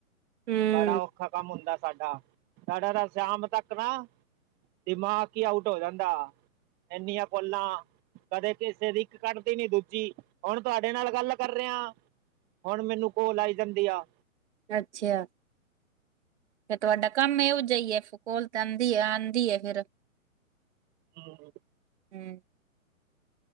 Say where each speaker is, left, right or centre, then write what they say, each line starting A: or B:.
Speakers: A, on the right (about 50°); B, on the right (about 20°).
A: ਹੂੰ।
B: ਬੜਾ ਔਖਾ ਕੰਮ ਹੁੰਦਾ ਸਾਡਾ, ਸਾਡਾ ਤਾਂ ਸ਼ਾਮ ਤੱਕ ਨਾ ਦਿਮਾਗ ਈ ਆਊਟ ਹੋ ਜਾਂਦਾ। ਐੰਨੀਆਂ ਕੋਲਾਂ। ਕਦੇ ਕਿਸੇ ਦੀ ਇੱਕ ਕੱਟ ਤੀ ਨੀ ਦੂਜੀ, ਹੁਨ ਤੁਹਾਡੇ ਨਾਲ ਗੱਲ ਕਰ ਰੇਆ। ਹੁਨ ਮੈਨੂੰ ਕੋਲ ਆਈ ਜਾਂਦੀ ਆ।
A: ਅੱਛਾ। ਫਿਰ ਤੁਹਾਡਾ ਕੰਮ ਇਓ ਜੇਆ ਈ ਆ? ਫਿਰ ਕੋਲ ਤੇ ਆਦੀ ਏ, ਆਦੀ ਏ ਫਿਰ।
B: ਹੈਲੋ।
A: ਹੂੰ।